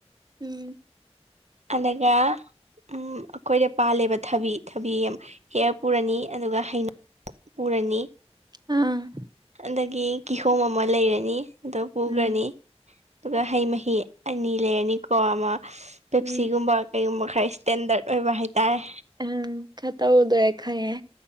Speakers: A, on the right; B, on the right.
A: ꯎꯝ
B: ꯑꯗꯨꯒ ꯎꯝ ꯑꯩꯈꯣꯏꯗ ꯄꯥꯂꯦꯕ ꯊꯕꯤ ꯊꯕꯤ ꯑꯃ ꯍꯦꯛ ꯄꯨꯔꯅꯤ ꯑꯗꯨꯒ ꯍꯩꯅ ꯄꯨꯔꯅꯤ
A: ꯑꯥ
B: ꯑꯗꯒꯤ ꯀꯤꯍꯣꯝ ꯑꯃ ꯂꯩꯔꯅꯤ ꯑꯗꯣ ꯄꯨꯈ꯭ꯔꯅꯤ
A: ꯎꯝ
B: ꯑꯗꯨꯒ ꯍꯩ ꯃꯍꯤ ꯑꯅꯤ ꯂꯩꯔꯅꯤꯀꯣ ꯑꯃ ꯄꯦꯞꯁꯤꯒꯨꯝꯕ
A: ꯎꯝ
B: ꯀꯩꯒꯨꯝꯕ ꯈꯔ ꯏꯁꯇꯦꯟꯗꯔꯠ ꯑꯣꯏꯕ ꯍꯥꯏꯇꯥꯔꯦ
A: ꯎꯝ ꯈ ꯇꯎꯗꯣꯏꯔꯦ ꯈꯪꯉꯦ